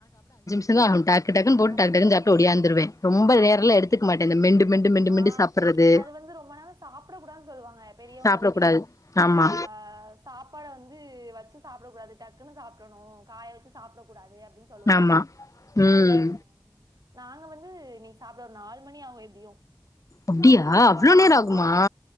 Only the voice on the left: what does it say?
துல்லா டக்கு டக்குனு போட்டு
டக்கு டக்குனு சாப்ட்டு ஓடியாந்துருவேன் ரொம்ப நேரல எடுத்துக் மாட்டே இந்த மெண்டு மெண்டு மெண்டு
மெண்டு சாப்புறது
சாப்டக் கூடாது ஆமா
ஆமா ம்
அப்டியா
அவ்ளோ நேரோ ஆகுமா